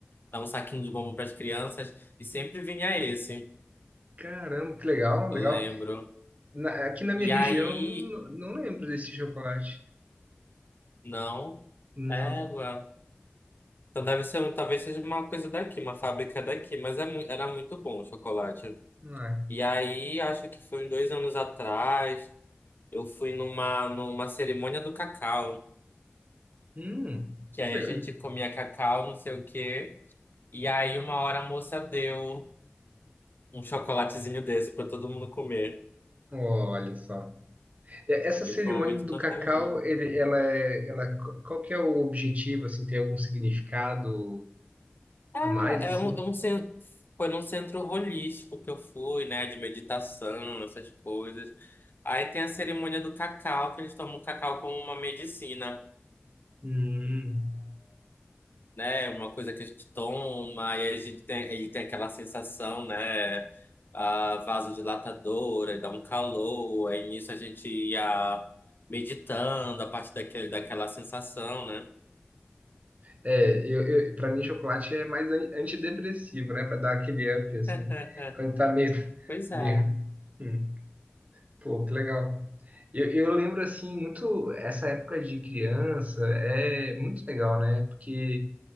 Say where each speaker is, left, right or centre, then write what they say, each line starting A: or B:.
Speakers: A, on the left; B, on the right.
A: dava um saquinho de bombom para as crianças, e sempre vinha esse,
B: caramba, que legal,
A: eu
B: legal.
A: lembro.
B: Na- aqui na minha
A: E
B: região,
A: aí.
B: n- não lembro desse chocolate.
A: Não,
B: Não,
A: égua. Então deve ser, talvez seja uma coisa daqui, uma fábrica daqui, mas é, mui- era muito bom o chocolate.
B: não é.
A: E aí, acho que foi uns dois anos atrás, eu fui numa, numa cerimônia do cacau,
B: Hum,
A: que aí
B: que legal.
A: a gente comia cacau, não sei o quê, e aí uma hora a moça deu um chocolatezinho desse pra todo mundo comer.
B: Olha só. E Essa
A: E
B: cerimônia
A: foi um momento
B: do
A: de nostalgia.
B: cacau, ele, ela é, ela, qual que é o objetivo, assim, tem algum significado?
A: Cara,
B: A mais,
A: é
B: assim.
A: um, é um cen- foi num centro holístico que eu fui, né? De meditação, essas coisas. Aí tem a cerimônia do cacau, que eles tomam o cacau como uma medicina,
B: Hum.
A: né? Uma coisa que a gente toma, e aí a gente tem, ele tem aquela sensação, né? Ah, vasodilatadora, dá um calor. Aí nisso a gente ia meditando a partir daquele, daquela sensação, né?
B: É, eu, eu, pra mim, chocolate é mais an- antidepressivo, né? Pra dar aquele up, assim.
A: <laughs>
B: Quando tá meio. <laughs>
A: Pois
B: meio...
A: é.
B: Hum. Pô, que legal. Eu, eu lembro, assim, muito. Essa época de criança é muito legal, né? Porque